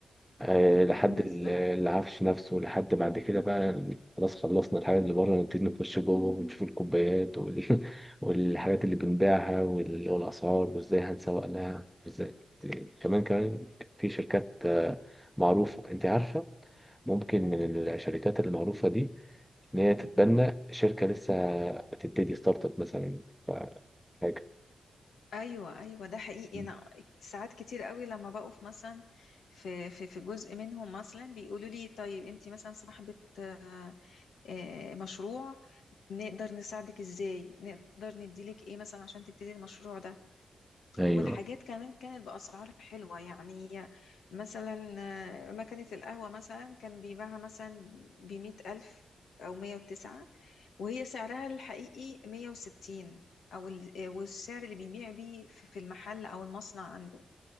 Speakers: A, in the centre; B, on the left.
A: آه، لحد
B: بالظبط
A: ال- العفش نفسه لحد بعد كده بقى خلاص خلصنا الحاجات اللي بره نبتدي نخش جوه ونشوف الكوبايات وال... <laughs> والحاجات اللي بنبيعها وال... والأسعار وازاي هنسوق لها وازاي كمان كمان في شركات آه، معروفة انت عارفة ممكن من الشركات المعروفة دي إن هي تتبنى شركة لسه بتبتدي ستارت اب مثلا ف- حاجة
B: ايوه ايوه ده حقيقي
A: مم.
B: انا ساعات كتير قوي لما بقف مثلا في في في جزء منهم مثلا بيقولوا لي طيب انت مثلا صاحبة آه، آه، مشروع نقدر نساعدك ازاي نقدر نديلك ايه مثلا عشان تبتدي المشروع ده
A: ايوه
B: والحاجات كمان كانت بأسعار حلوة يعني مثلا آه، مكنة القهوة مثلا كان بيباعها مثلا بمية ألف أو مية وتسعة وهي سعرها الحقيقي مية وستين أو ال- آه، والسعر اللي بيبيع بيه في في المحل أو المصنع عنده